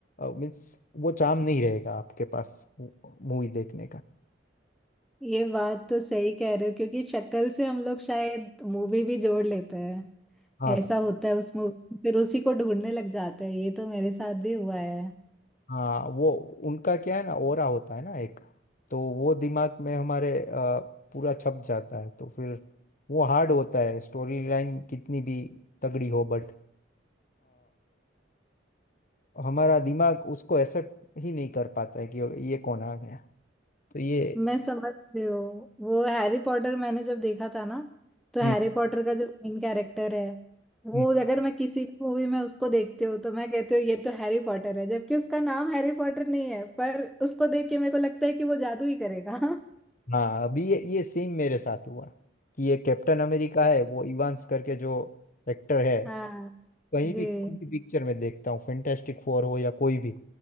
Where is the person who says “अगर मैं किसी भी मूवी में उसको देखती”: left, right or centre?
Centre